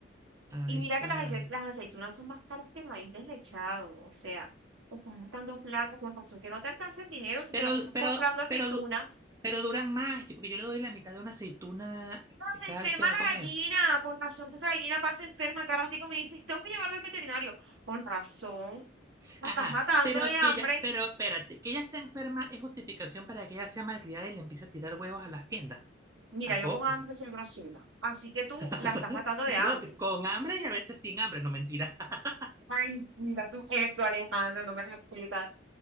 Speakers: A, on the right; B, on the right.
A: a, a
B: Y
A: esta...
B: mira que las, ace- las aceitunas son más caras que el maíz deslechado, o sea, estás gastando plata, con razón que no te alcanza el dinero si
A: Pero,
B: te la pasas comprando
A: pero,
B: aceitunas.
A: pero, du- pero duran más, yo- porque yo le doy la mitad de una aceituna
B: No, se
A: cada
B: enferma
A: vez que va a
B: la
A: comer.
B: gallina, con razón que esa gallina pasa enferma, cada ratico me dices, tengo que llevarla al veterinario. Con razón, la
A: Ajá,
B: estás matando
A: pero
B: de hambre.
A: que ella, pero espérate, que ella está enferma es justificación para que ella sea malcriada y le empiece a tirar huevos a las tiendas.
B: Mira,
A: Tampoco.
B: yo con hambre soy grosera, así que tú
A: <laughs>
B: la estás matando de hambre.
A: No, te- con hambre y a veces sin hambre, no mentira. <laughs>
B: Ay, mira tú eso, Alejandro, no me respetas.